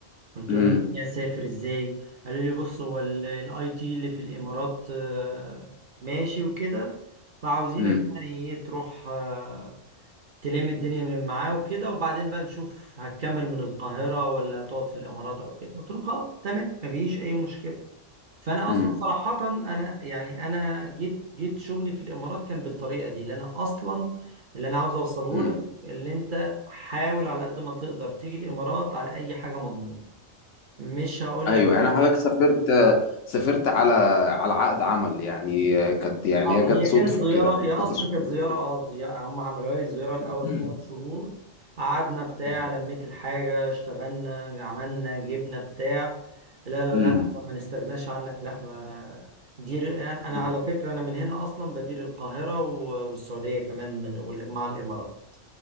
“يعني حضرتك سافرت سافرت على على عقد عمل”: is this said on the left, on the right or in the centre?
Left